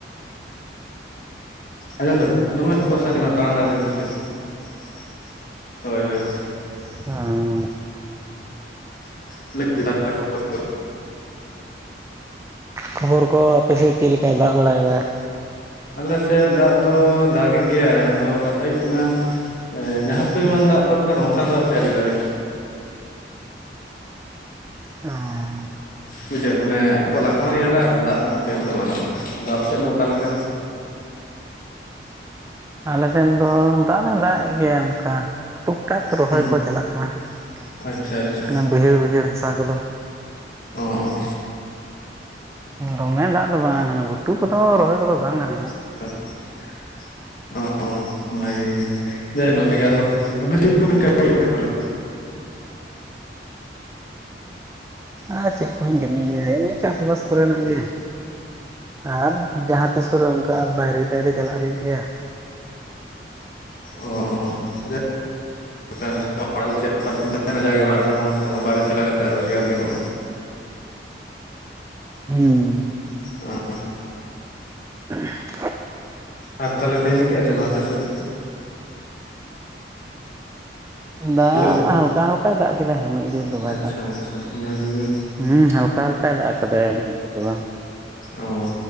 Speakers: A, on the left (about 50°); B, on the right (about 15°).
A: ᱟᱡᱚᱢᱫᱟ ᱫᱚᱢᱮ ᱡᱳᱨ ᱥᱟᱰᱮ <inaudible> ᱦᱳᱭ ᱦᱳᱭ᱾
B: <unintelligible>
A: <inaudible>
B: ᱠᱷᱚᱵᱚᱨ ᱠᱚ ᱟᱯᱮᱥᱮᱜ ᱪᱮᱫ ᱞᱮᱠᱟᱭ ᱫᱟᱜ ᱵᱟᱲᱟᱭᱮᱫᱟ ᱾
A: ᱟᱞᱮᱥᱮ ᱫᱟᱜ ᱫᱚ ᱫᱟᱜ ᱜᱮ ᱜᱮᱭᱟᱭ ᱟᱫᱚ ᱠᱟᱛᱷᱟ ᱦᱩᱭᱩᱜ ᱠᱟᱱᱟ᱾ ᱮ ᱡᱟᱦᱟᱸ ᱯᱚᱨᱤᱢᱟᱱ ᱫᱟᱜ ᱫᱚᱨᱠᱟᱨ ᱚᱝᱠᱟ ᱫᱚ ᱦᱟᱯᱮ ᱟᱣᱨᱤ ᱫᱟᱜᱟᱭ᱾
B: ᱚᱸ
A: ᱵᱩᱡᱷᱟᱹᱣ ᱢᱟᱱᱮ ᱛᱚᱞᱟ ᱠᱚᱦᱚᱸ ᱟᱹᱣᱨᱤ ᱮᱨᱟ ᱟᱨ ᱫᱟᱜ ᱦᱚᱸ ᱟᱯᱮ ᱦᱚᱸ ᱵᱟᱹᱱᱩᱜᱼᱟ ᱾ ᱟᱫᱚ ᱟᱯᱮᱥᱮᱫ ᱫᱚ ᱚᱠᱟᱞᱮᱠᱟ?
B: ᱟᱞᱮᱥᱮᱱ ᱫᱚ ᱫᱟᱜ ᱫᱚ ᱫᱟᱜ ᱮ ᱜᱮᱭᱟ ᱚᱝᱠᱟ ᱴᱩᱠ᱾ ᱴᱟᱠ ᱨᱚᱦᱚᱭ
A: ᱦᱩᱸ
B: ᱠᱚ ᱪᱟᱞᱟᱜ ᱠᱟᱱᱟ
A: ᱟᱪᱪᱷᱟ
B: ᱾
A: ᱟᱪᱪᱷᱟ
B: ᱚᱱᱟ ᱵᱟᱹᱭᱦᱟᱹᱲ ᱵᱟᱹᱭᱦᱟᱹᱲ ᱦᱟᱥᱟ ᱠᱚᱫᱚ᱾
A: ᱚᱸ ᱚᱸ᱾
B: ᱫᱚᱢᱮ ᱫᱟᱜ ᱫᱚ ᱵᱟᱝ ᱚᱱᱟ ᱜᱷᱩᱴᱩ ᱠᱚᱫᱚ ᱨᱚᱦᱚᱭ ᱠᱚᱫᱚ ᱵᱟᱝ ᱜᱟᱱᱚᱜᱼᱟ ᱾
A: <inaudible> ᱚ ᱵᱷᱟᱜᱤ ᱜᱮ᱾ <inaudible> ᱱᱟᱯᱟᱭ ᱜᱮ ᱟᱨᱚ ᱟᱹᱵᱤᱱ ᱪᱮᱫ ᱠᱚᱵᱤᱱ ᱠᱟᱹᱢᱤᱭ ᱫᱟ ᱛᱟᱦᱚᱞᱮ?
B: ᱟᱨ ᱪᱮᱫ ᱠᱚᱦᱚᱧ ᱠᱟᱹᱢ ᱜᱮᱭᱟ ᱤᱱᱟᱹ ᱪᱟᱥᱵᱟᱥ ᱠᱚᱨᱮᱱᱟᱜ ᱜᱮ ᱟᱨ ᱡᱟᱦᱟᱸ᱾ ᱛᱮᱥ ᱠᱚᱨᱮ ᱚᱝᱠᱟ ᱵᱟᱭᱨᱮ ᱴᱟᱭᱨᱮ ᱪᱟᱞᱟᱜ ᱦᱩᱭᱩᱜ ᱜᱮᱭᱟ ᱾
A: ᱚᱸ ᱚᱸ᱾ <unintelligible> ᱪᱮᱫ ᱯᱷᱟᱞᱛᱩᱢ ᱛᱟᱦᱮᱱᱟ ᱡᱟᱜᱮ ᱚᱲᱟᱜ ᱨᱮᱦᱚᱸ ᱵᱟᱭᱨᱮ ᱪᱟᱞᱟᱣ ᱠᱟᱛᱮᱫ ᱨᱳᱡᱽᱜᱟᱨ ᱜᱟᱱᱚᱜᱼᱟ ᱾
B: ᱦᱩᱸ᱾
A: ᱚᱸ᱾
B: <unintelligible>
A: ᱟᱨ ᱛᱟᱦᱚᱞᱮ ᱛᱮᱦᱮᱧ <inaudible> ᱥᱮ ᱵᱟᱝ ᱟᱯᱮ ᱥᱮᱫ ᱫᱚ?
B: ᱫᱟᱜ
A: ᱦᱮᱞᱳ
B: ᱦᱟᱞᱠᱟ ᱦᱟᱞ᱾ ᱠᱟᱭ ᱫᱟᱜ ᱠᱮᱫᱟ ᱩᱱᱟᱹᱜ ᱡᱳᱨ ᱫᱚ ᱵᱟᱭ
A: ᱟᱪᱪᱷᱟ
B: ᱫᱟᱜ ᱠᱮᱫᱟ
A: ᱟᱪᱪᱷᱟ ᱵᱷᱟᱜᱮ ᱜᱮ
B: ᱦᱚᱸ ᱦᱟᱞᱠᱟ ᱦᱟᱞᱠᱟ᱾ ᱫᱟᱜ ᱠᱟᱫᱟ ᱩᱱᱟᱹᱜ ᱡᱳᱨ ᱫᱚ ᱵᱟᱝ᱾
A: ᱚᱸ